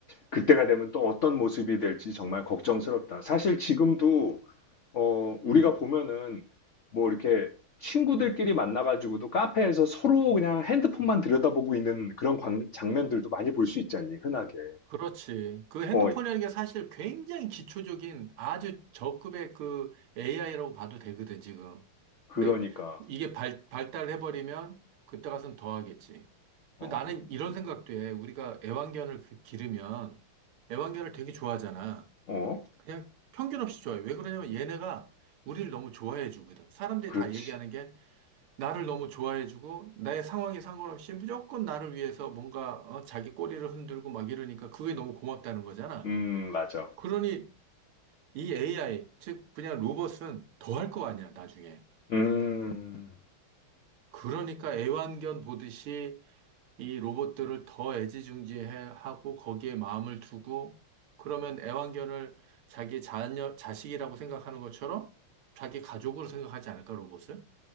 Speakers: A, on the left (about 70°); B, on the right (about 80°).
A: 그때가 되면 또 어떤 모습이 될지 정말 걱정스럽다. 사실 지금도, 어, 우리가
B: 음.
A: 보면은 뭐 이렇게 친구들끼리 만나가지고도 카페에서 서로 그냥 핸드폰만 들여다보고 있는 그런 광- 장면들도 많이 볼 수 있잖니, 흔하게.
B: 그렇지. 그 핸드폰이라는
A: 어,
B: 게 사실 굉장히 기초적인 아주 저급의 그 AI라고 봐도 되거든, 지금.
A: 그러니까.
B: 근데 이게 발, 발달해버리면 그때 가서는 더 하겠지.
A: 어,
B: 그 나는 이런 생각도 해. 우리가 애완견을 그- 기르면 애완견을 되게 좋아하잖아.
A: 어,
B: 그냥 편견 없이 좋아해. 왜 그러냐면 얘네가 우리를 너무 좋아해 주거든. 사람들이
A: 그렇지.
B: 다 얘기하는 게 나를 너무 좋아해주고 나의 상황에 상관없이 무조건 나를 위해서 뭔가 어, 자기 꼬리를 흔들고 막 이러니까 그게 너무 고맙다는 거잖아.
A: 음, 맞아.
B: 그러니 이 AI, 즉 그냥 로봇은 더 할 거 아니야, 나중에.
A: 음.
B: 그러니까 애완견 보듯이 이 로봇들을 더 애지중지하고 거기에 마음을 두고 그러면 애완견을 자기 자녀, 자식이라고 생각하는 것처럼 자기 가족으로 생각하지 않을까, 로봇을?